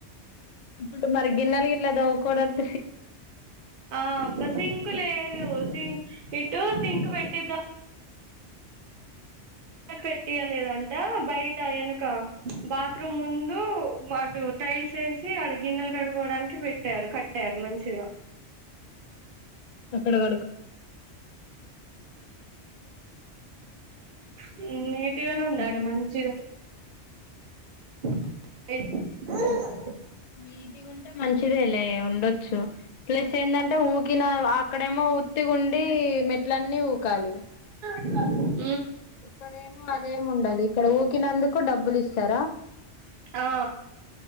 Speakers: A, on the left; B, on the right.
A: ఇప్పుడు మరి గిన్నలు గిట్ల తోముకోడానికి
B: ఆ ఒక సింకులే సింగ్ ఇటు సింక్ పెట్టిదం పెట్టియలేదంట బయట వెనక బాత్రూమ్ ముందు అటుూ టైల్స్ వేసి ఆడ గిన్నెలు కడుకోవడానికి పెట్టారు కట్టారు మంచిగా
A: అ అక్కడ <inaudible>
B: నీటిగానే ఉంది
A: అదే
B: ఆడ మంచిగా <inaudible>
A: నీట్గా ఉంటే మంచిదే లే ఉండొచ్చు ప్లస్ ఏందంటే అంటే ఊకిన అక్కడేమో ఉట్టిగుండి మెట్లన్నీ ఊకాలి
B: అ
A: ఇక్కడేమో అదేమి ఉండదు ఇక్కడ ఊకినందుకు డబ్బులు ఇస్తారా
B: ఆ